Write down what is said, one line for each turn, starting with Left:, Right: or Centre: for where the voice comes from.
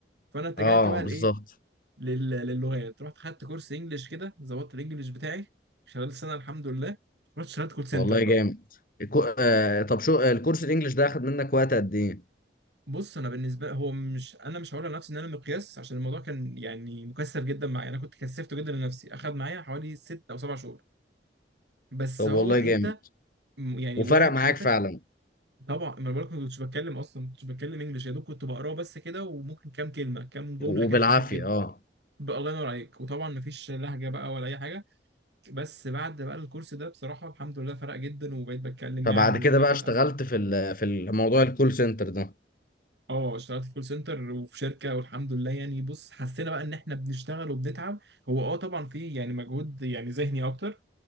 Right: فانا اتجهت
Left: اه
Right: بقى لايه
Left: بالظبط
Right: لل- للغات رحت خدت كورس انجلش كده ظبطت الانجليش بتاعي خلال السنه الحمد لله رحت اشتغلت كول سنتر
Left: والله
Right: بقى
Left: جامد الكو... آه طب شو آه، الكورس الانجليش ده اخد منك وقت قد ايه
Right: بص انا بالنسبه هو مش انا مش هقول لنفسي ان انا مقياس عشان الموضوع كان يعني مكثف جدا معايا انا كنت كثفته جدا لنفسي اخذ معايا حوالي ست او سبع شهور بس
Left: طب
Right: هو
Left: والله
Right: انت
Left: جامد
Right: م- يعني
Left: وفرق
Right: واهب
Left: معاك
Right: حياتك
Left: فعلا
Right: طبعا ما أنا بقولك ما كنتش بتكلم اصلا ما كنتش بتكلم انجلش يا دوب كنت بقراه بس كده وممكن كام كلمه كام جمله
Left: و-
Right: كده
Left: وبالعافيه
Right: خفيف جدا
Left: اه
Right: بقى الله ينور عليك وطبعا ما فيش لهجه بقى ولا اي حاجه بس بعد بقى الكورس ده بصراحه الحمد لله فرق جدا وبقيت بتكلم
Left: فبعد
Right: يعني والدنيا
Left: كده بقى
Right: كانت
Left: اشتغلت
Right: عندي
Left: في ال- في الموضوع الكول سنتر ده
Right: اه اشتغلت في كول سنتر وفي شركه والحمد لله يعني بص حسينا بقى ان احنا بنشتغل وبنتعب هو اه طبعا في يعني مجهود يعني ذهني اكتر